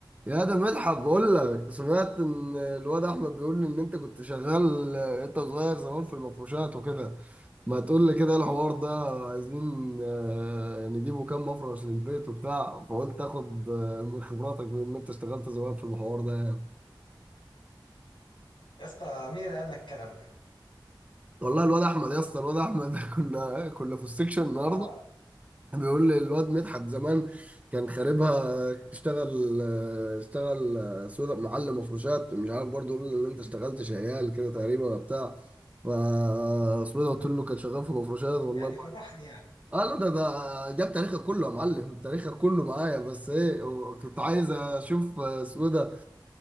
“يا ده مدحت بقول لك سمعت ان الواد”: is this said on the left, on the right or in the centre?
Right